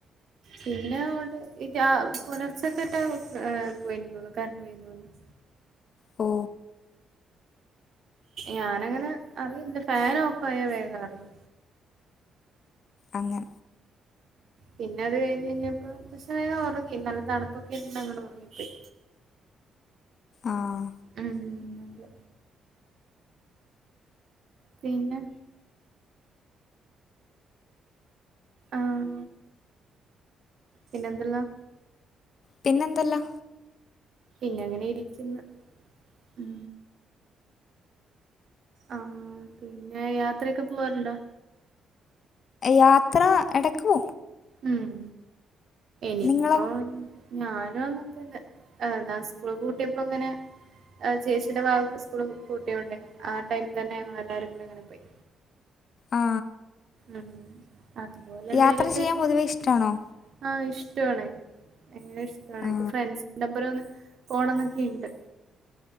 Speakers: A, on the right; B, on the left.
A: പിന്നെ അൊണ്ട് പുലർച്ചക്കെട്ടാ പോയി തോന്നുന്നു കറണ്ട് പോയിന്ന് തോന്നുന്നു
B: ഓ
A: ഞാനങ്ങനെ അറിയ ഫാൻ ഓഫ് ആായ വേഗം അറിയ
B: അങ്ങെ
A: പിന്നെ അത് കഴിഞ്ഞ് കഴിഞ്ഞപ്പോ പക്ഷെ വേന ഉറങ്ങി നല്ല തണുപ്പൊക്കെന്ന ഞങ്ങൾ ഉറങ്ങിപ്പോയി
B: ആഹ
A: ഉ അതെ പിന്നെ ആഹ് പിന്നെന്തല്ലാ
B: പിന്നെന്തല്ലാ
A: പിന്നെ അങ്ങനെ ഇരിക്കുന്ന ഉ ആഹ പിന്നെ യാത്രൊക്കെ പോവാറുണ്ടോ
B: യാത്ര എടക്കൂ
A: ഉം നി
B: നിങ്ങളോ
A: ആഹ ഞാനും അങ്ങനന്നെഞാൻ സ്കൂള് കൂട്ടിയപ്പോ ഇങ്ങനെ ചേച്ചിന്റെ ഭാഗക്ക് സ്കൂള് കൂട്ടിയോണ്ട് ആ ടൈമ തന്നെ ഞങ്ങ എല്ലാരും കൂ ഇങ്ങനെ പോയി
B: ആ
A: ഉം അതുപോലെ എന്തെലുമൊക്കെ
B: യാത്ര ചെയ്യാൻ പൊതുവെ
A: ഉ
B: ഇഷ്ടമാണോ
A: ആ ഇഷ്ടണ എങ്ങന ഇഷ്ടമാണ്
B: ആ
A: ഇപ്പ ഫ്രണ്ട്സിന്റെപ്പുറന്ന് പോണംന്നൊക്കെയുണ്ട്